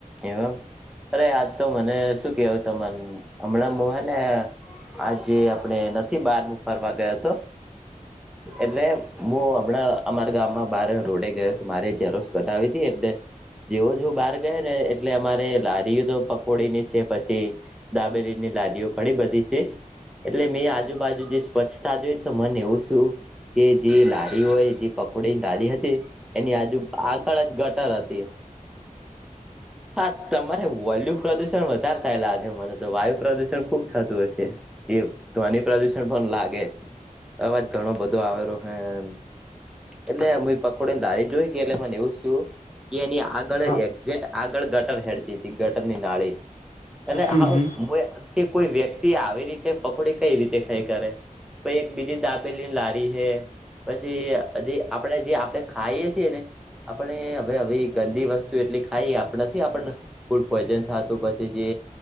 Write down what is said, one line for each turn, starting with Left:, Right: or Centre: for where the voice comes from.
Centre: એવા અરે આજ તો મને શું કેવ તમને હમણાં મો હે ને આજે આપણે નથી બાર હું ફરવા ગયો તો એટલે હું હમણાં અમારા ગામમાં બાર રોડે ગયો હતો મારે ઝેરોસ કઢાવી હતી એટલે. જેવો જો બહાર ગયા ને એટલે અમારે લારી તો પકોડી ની છે. પછી દાબેલીની લારીઓ ઘણી બધી છે. એટલે મેં આજુબાજુ જે સ્વચ્છતા જોઈ ને તો મને એવું થિયુ. કે જે લારી હોય જે પકોડીની લારી હતી. એની આજુ આગળ જ ગટર હતી. હા તમારે વોલ્યુ પ્રદુષણ વધારે થાય લાગે મને તો વાયુ પ્રદુષણ ખુબ થતું હશે એ ધ્વનિ પ્રદુષણ પણ લાગે અવાજ ઘણો બધો આવેલો હ એમ એટલે હ પકોડી ને લારી જોઈ કે એટલે મને એવું થય કે એની આગળ
Left: હા
Centre: એક્ઝે્ટ આગળ ગટર હેડતી હતી ગટરની નાળી અનેએટ
Left: હમ
Centre: હું
Left: હમ
Centre: કે કોઈ વ્યક્તિ આવી રીતે પકોડી કઈ રીતે ખાઈ કરે તો એક બીજી દાબેલી લારી હૈ. પછી જે આપણે જે આપણે ખાઈએ છીએ ને આપણે હવે હ ગંદી વસ્તુ એટલી હા નથી આપણને ફૂડ પોઈઝન થતું પછી જે